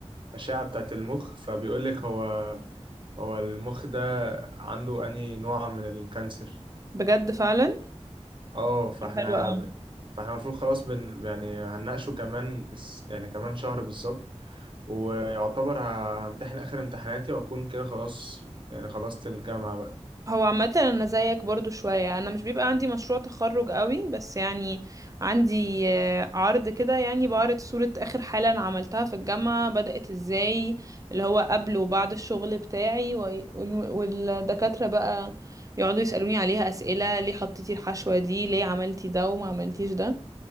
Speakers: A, on the right (about 45°); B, on the right (about 30°).
A: الأشعة بتاعة المخ فبيقول لك هو هو المخ ده عنده أنهي نوع من الكانسر
B: بجد فعلا
A: اه فاحنا
B: حلو قوي.
A: فاحنا المفروض خلاص بن يعني هنناقشه كمان الس- يعني كمان شهر بالظبط ويعتبر همتحن آخر امتحاناتي وأكون كده خلاص يعني خلصت الجامعة بقى
B: هو عامة أنا زيك برضو شوية أنا مش بيبقى عندي مشروع تخرج قوي بس يعني عندي آه، عرض كده يعني بعرض صورة آخر حالة أنا عملتها في الجامعة بدأت إزاي اللي هو قبل وبعد الشغل بتاعي وي- وال- والدكاترة بقى يقعدوا يسألوني عليها أسئلة ليه حطيتي الحشوة دي ليه عملتي ده وما عملتيش ده